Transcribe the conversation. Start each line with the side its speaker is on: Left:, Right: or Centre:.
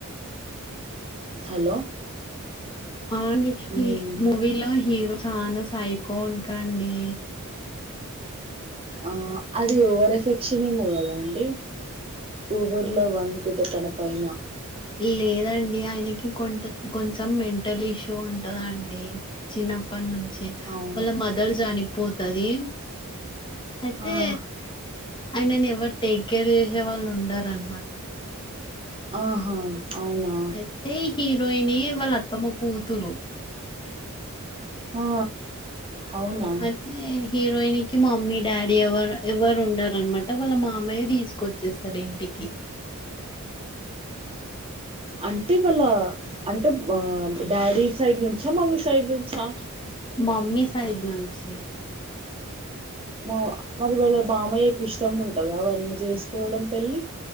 Right: హలో
Left: ఆండి
Right: మ్మ్
Left: ఈ మూవీలో హీరో చాలా సైకో ఉంటాడండి
Right: ఆ అది ఓవర్ ఎఫెక్షన్ ఏమో కదా అండి ఓవర్ లవ్ అనుకుంట తన పైనా
Left: లేదండి ఆయనకి కొ కొంచెం మెంటల్ ఇష్యూ ఉంటుందండి చిన్నప్ ప్పటి నుంచి
Right: అవును
Left: వాళ్ళ మదల్ చనిపోతది అయితే
Right: ఆ
Left: ఆయనను ఎవరు టేక్ కేర్ చేసే వాళ్ళు ఉండారన్నమాట
Right: ఆహా అవునా
Left: అయితే హీరోయినే వాళ్ళు అత్తమ్మ కూతురు
Right: ఆ అవునా
Left: అదే హీరోయినికి మమ్మీ డాడీ ఎవరు ఎవరు ఉండారనమాట వాళ్ళ మా మమయ్యే తీసుకొచ్చేస్ స్టడింటికి
Right: అంటే వాళ్ళ అంటే డాడీ సైడ్ నుంచా మమ్మీ సైడ్ నుంచా
Left: మామ్మీ సైడ్ నుంచి
Right: మా మరి వాళ్ళ మమయ్యకి ఇష్టం ఉంటదా వన్నీ చేసుకోవడం పెళ్లి